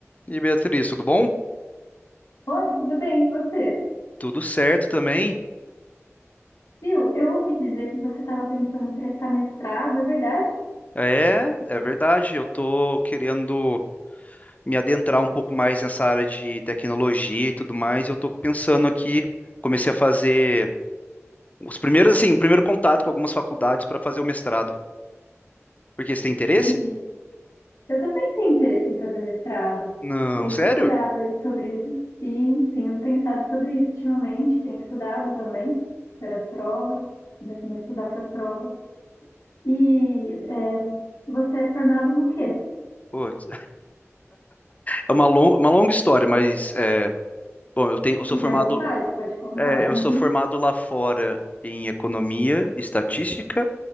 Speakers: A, on the left (about 30°); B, on the left (about 80°).
A: E aí, Beatriz, tudo bom?
B: Oi, tudo bem? E você?
A: Tudo certo também?
B: Viu, eu ouvi dizer que você estava pensando em prestar mestrado, é verdade?
A: É, é verdade. Eu tô querendo me adentrar um pouco mais nessa área de tecnologia e tudo mais. Eu tô pensando aqui, comecei a fazer os primeiros, assim, o primeiro contato com algumas faculdades para fazer o mestrado. Porque você tem interesse?
B: Entendi. Eu também tenho interesse em fazer mestrado.
A: Não,
B: Tenho
A: sério?
B: procurado sobre isso, sim. Tenho pensado sobre isso ultimamente. Tenho estudado também para as provas. Começando a estudar para as provas. E é, você é formado no quê?
A: Putz. É uma, lon- uma longa história, mas é, bom, eu tenho, eu sou
B: Fique
A: formado,
B: à vontade, pode contar.
A: é, eu
B: <laughs>
A: sou formado lá fora em economia, estatística